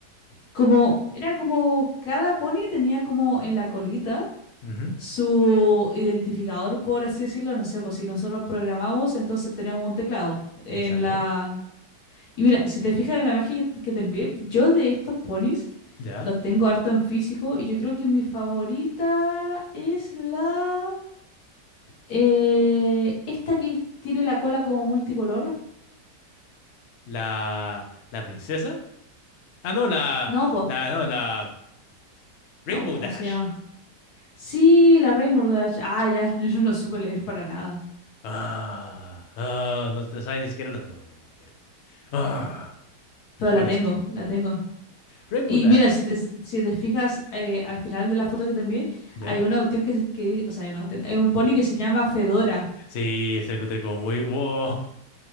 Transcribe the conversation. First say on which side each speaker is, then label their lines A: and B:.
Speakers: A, on the left (about 65°); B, on the left (about 80°).
A: como, era como cada pony tenía como en la colita
B: ujú,
A: su identificador, por así decirlo, no sé, pues si nosotros programamos, entonces tenemos un teclado en
B: Exacto.
A: la... Y mira, si te fijas en la imagen que que te envié, yo de estos ponis
B: ¿Ya?
A: los tengo harto en físico y yo creo que mi favorita es la... Eh, esta que tiene la cola como multicolor.
B: La, la princesa. Ah, no, la,
A: No, pues,
B: la, no, la Rainbow
A: no me acuerdo
B: Dash.
A: cómo se llama. Sí, la Rainbow Dash. Ah, ya, <laughs> yo no lo supe leer para nada.
B: Ah, ah, no te saben ni siquiera los nombres, mujer. Ah,
A: Pero
B: full
A: la tengo,
B: decepción.
A: la tengo.
B: Rainbow
A: Y
B: Dash.
A: mira, si te, si te fijas, eh, al final de la foto que te envié,
B: ¿Ya?
A: hay una cuestión que, se- que- o sea, hay una cuestión- hay un pony que se llama Fedora.
B: Sí, se lo encontré como muy wow.